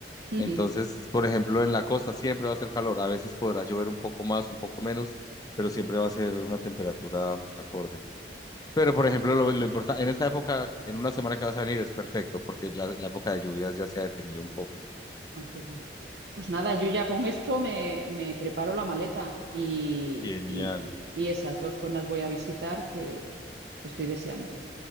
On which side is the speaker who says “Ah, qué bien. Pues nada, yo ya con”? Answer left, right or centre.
Right